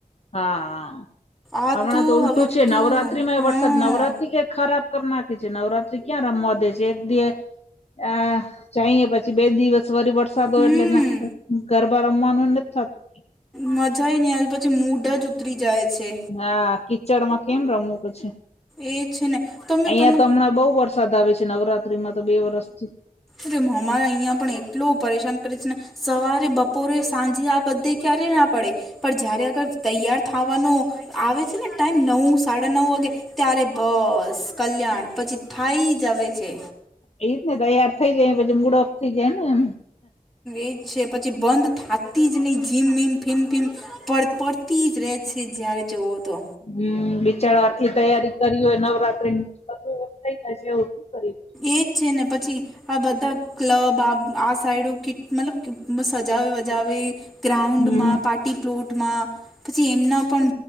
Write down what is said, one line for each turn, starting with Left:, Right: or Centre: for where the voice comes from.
Left: હા, હા.
Centre: આ
Left: હમણાં તો ઉલટું
Centre: હવે
Left: છે
Centre: તો
Left: નવરાત્રી માંય
Centre: હા
Left: વરસાદ નવરાત્રી કઇ ખરાબ કર નાખે છે નવરાત્રી ક્યાં રમવા દે છે એક દી આ ચઈએ પછી બે દિવસ વરી વર સાદ
Centre: હમ
Left: એટલે ગરબા રમવાનું નથી થતું.
Centre: મજાહી નહીં આવી પછી મૂડ જ ઉતરી જાય છે.
Left: હા, કીચડમાં કેમ રમું પછી
Centre: એ છે ને તમે
Left: અહિયાં
Centre: તમે
Left: તો હમણાં બહુ વરસાદ આવે છે નવરાત્રીમાં તો બે વરષથી.
Centre: એલે અમારે અહીંયા પણ એટલું પરેશાન કરે છે ને સવારે, બપોરે, સાંજે આ બધે ક્યારે ના પડે પણ જયારે અગર તૈયાર થવાનો આવે છે ને ટાઈમ નવ સાડા નવ વાગે ત્યારે બસ કલ્યાણ પછી થાઈ જ આવે છે.
Left: એઈ જ ને તૈયાર થઈ જાય પછી મુળ ઑફ થઈ જાય ને એમ.
Centre: એજ છે પછી બંધ થાતી જ નહી જીમ-વીમ, ફિમ-ફીમ પડ પડતી જ રે છે જ્યારે જોવો તો.
Left: હમ્મ, બિચાર આટલી તૈયારી કરી હોય નવરાત્રી બધું થઈ જાય છે એવું શું કરીયે.
Centre: એજ છે ને પછી આ બધા ક્લબ આ પ આ સાઈડ કેટ મતલબ કે સજાવે-વજાવે ગ્રાઉન્ડમાં,
Left: હમ
Centre: પાર્ટી પ્લોટમાં પછી એમના પણ